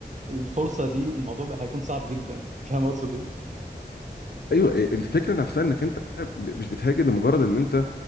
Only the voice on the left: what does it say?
ايوه الفكره نفسها انك انت ب- مش بتهاجر لمجرد ان انت